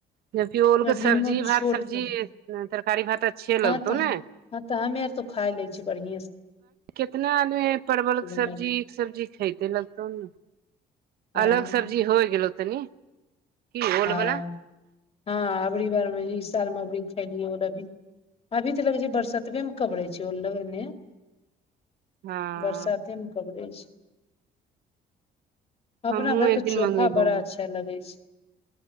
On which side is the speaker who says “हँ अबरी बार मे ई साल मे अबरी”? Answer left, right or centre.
Left